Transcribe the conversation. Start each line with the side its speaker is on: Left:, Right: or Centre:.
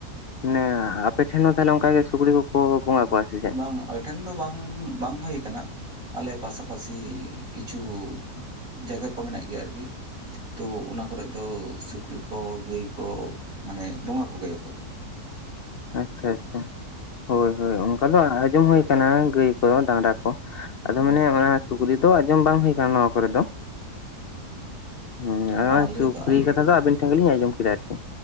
Left: ᱢᱟᱱᱮ ᱟᱯᱮᱴᱷᱮᱱ ᱦᱚᱸ ᱛᱟᱞᱦᱮ ᱚᱱᱠᱟ ᱜᱮ ᱥᱩᱠᱨᱤ ᱠᱚᱠᱚ ᱵᱚᱸᱜᱟ ᱠᱚᱣᱟ ᱥᱮ ᱪᱮᱫ?
Right: ᱵᱟᱝ ᱟᱞᱮ ᱴᱷᱮᱱ ᱫᱚ ᱵᱟᱝ ᱵᱟᱝ ᱦᱩᱭ ᱟᱠᱟᱱᱟ, ᱟᱞᱮ ᱯᱟᱥᱟᱯᱟᱥᱤ ᱠᱤᱪᱷᱩ ᱡᱟᱭᱜᱟ ᱠᱚ ᱢᱮᱱᱟᱜ ᱜᱮᱭᱟ ᱟᱨᱠᱤ᱾ ᱛᱚ ᱚᱱᱟ ᱠᱚᱨᱮᱜ ᱫᱚ ᱥᱩᱠᱨᱤ ᱠᱚ ᱜᱟᱹᱭ ᱠᱚ ᱢᱟᱱᱮ ᱵᱚᱸᱜᱟ ᱠᱚ ᱜᱮᱭᱟᱠᱚ᱾
Left: ᱟᱪᱪᱷᱟ ᱟᱪᱪᱷᱟ ᱦᱳᱭ ᱦᱳᱭ ᱚᱝ ᱡᱟᱫᱚ ᱟᱸᱡᱚᱢ ᱦᱩᱭ ᱠᱟᱱᱟ ᱜᱟᱹᱭ ᱠᱚ ᱰᱟᱝᱨᱟ ᱠᱚ, ᱟᱫᱚ
Right: ᱦᱩᱸ
Left: ᱢᱟᱱᱮ ᱚᱱᱟ ᱥᱩᱠᱨᱤ ᱫᱚ ᱟᱸᱡᱚᱢ ᱵᱟᱝ ᱦᱩᱭ ᱠᱟᱱᱟ ᱱᱚᱣᱟ ᱠᱚᱨᱮ ᱫᱚ᱾ ᱦᱩᱸ ᱟᱫᱚ
Right: ᱵᱟᱝ
Left: ᱱᱚᱜ-ᱚᱭ
Right: ᱟᱞᱮ
Left: ᱥᱩᱠᱨᱤ
Right: ᱫᱚ ᱟᱞᱮ
Left: ᱠᱟᱛᱷᱟ ᱫᱚ ᱟᱹᱵᱤᱱ ᱴᱷᱮᱱ ᱜᱮᱞᱤᱧ ᱟᱸᱡᱚᱢ ᱠᱮᱫᱟ ᱟᱨᱠᱤ᱾